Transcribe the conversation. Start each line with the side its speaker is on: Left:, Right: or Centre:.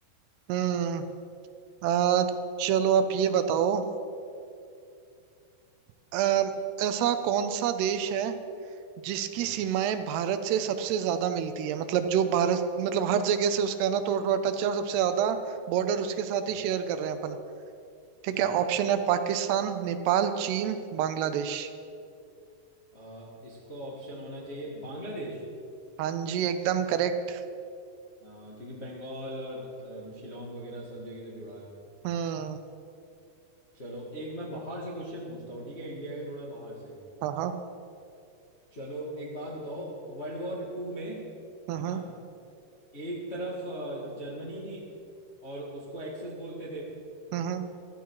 Right: हम्म आ, चलो आप ये बताओ अ, ऐसा कौन सा देश है जिसकी
Left: हाँ
Right: सीमाएं भारत से सबसे ज्यादा मिलती है मतलब जो भारत मतलब हर जगह से उसका ना थोड़ा थोड़ा टच है और सबसे ज्यादा बॉर्डर उसके साथ
Left: हाँ
Right: ही शेयर कर रहे हैं अपन ठीक
Left: ठीक
Right: है ऑप्शन है पाकिस्तान नेपाल चीन बांग्लादेश
Left: अ, इसका ऑप्शन होना चाहिए बांग्लादेश
Right: हाँ जी एकदम करेक्ट
Left: हाँ क्योंकि बंगाल और अ, शिलोंग वगैरह सब जगह से जुड़ा है
Right: हम्म
Left: चलो एक मैं बाहर से क्वेश्चन पूछता हूँ ठीक है इंडिया के थोड़ा बाहर से
Right: हाँ हाँ
Left: चलो एक बात बताओ वर्ल्ड वॉर टू में
Right: हम्म
Left: है ना एक तरफ अ, जर्मनी थी और उसको एक्सेस बोलते थे
Right: हम्म